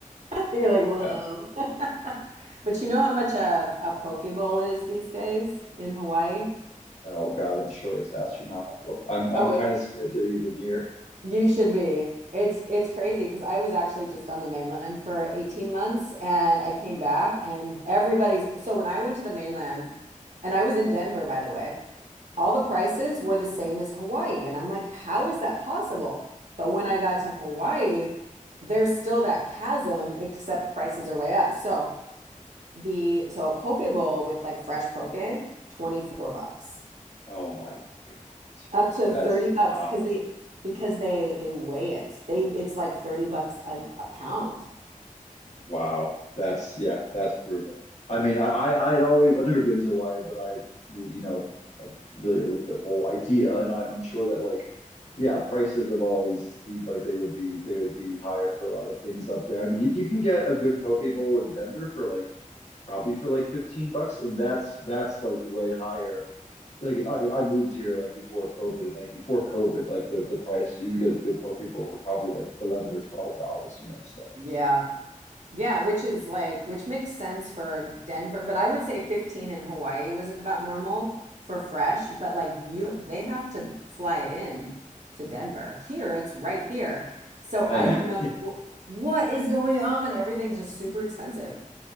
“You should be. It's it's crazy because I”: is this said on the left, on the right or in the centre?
Right